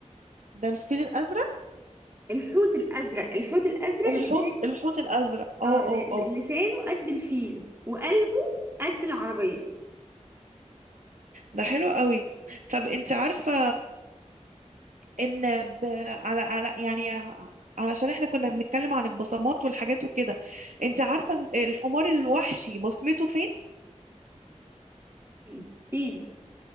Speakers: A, on the right; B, on the right.
A: ده الفيل الأزرق
B: الحوت الأزرق الحوت الأزرق
A: الحوت
B: لسان
A: الحوت الأزرق اه
B: اه ل-
A: اه اه
B: ل- لسانه قد الفيل وقلبه قد العربية
A: ده حلو قوي طب انت عارفة ان ب... على على يعني ع- علشان احنا كنا بنتكلم عن البصمات والحاجات وكده انت عارفه إن الحمار الوحشي بصمته فين
B: فين فين